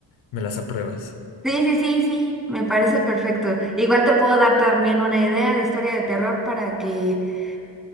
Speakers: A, on the left; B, in the centre.
A: me las apruebas.
B: Sí, sí, sí, sí, me parece perfecto. Igual te puedo dar también una idea de historia de terror para que